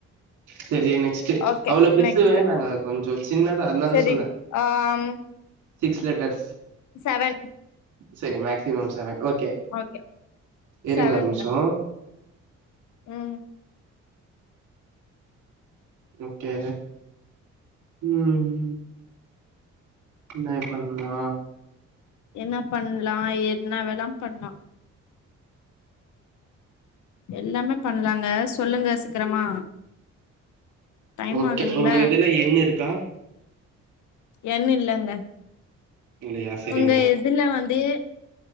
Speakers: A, on the right (about 75°); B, on the left (about 75°).
A: செரி நெக்ஸ்ட்
B: ஓகே
A: அவ்ளோ பெர்சு
B: நெக்ஸ்ட்
A: வேனாங்க கொஞ்சோ சின்னதா அதனால
B: சரி
A: தா சொன்னே
B: ஆம்
A: சிக்ஸ் லெட்டர்ஸ்
B: சவன்
A: செரி மேக்சிமம் சவன் ஓகே
B: ஓகே
A: இருங்க
B: செவன்ங்க
A: ஒரு நிம்ஷோ
B: ம்
A: ஓகே ம்ம் என்ன பண்லா
B: என்ன பண்லா என்ன வேலா பண்லா எல்லாமே பண்லாங்க சொல்லுங்க சீக்கிரமா டைம்
A: ஓகே
B: ஆகுதுல்ல
A: உங்க இதுல என் இருக்கா
B: என் இல்லங்க
A: இல்லையா செரிங்க
B: உங்க இதுல வந்து